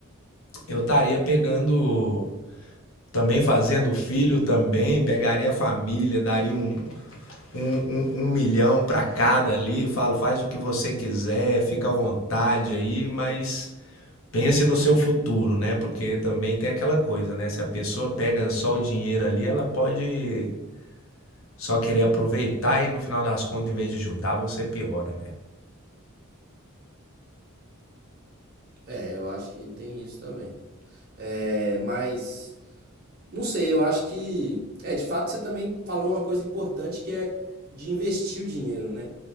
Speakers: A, on the left; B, on the right.
A: eu estaria pegando. Também fazendo filho também, pegaria a família, daria um, um, um, um milhão para cada ali. Falo, faz o que você quiser, fica à vontade aí, mas pense no seu futuro, né? Porque também tem aquela coisa, né? Se a pessoa pega só o dinheiro ali, ela pode só querer aproveitar e no final das contas, em vez de ajudar, você piora, né?
B: é, eu acho que tem isso também. É, mas não sei, eu acho que é, de fato você também falou uma coisa importante que é de investir o dinheiro, né?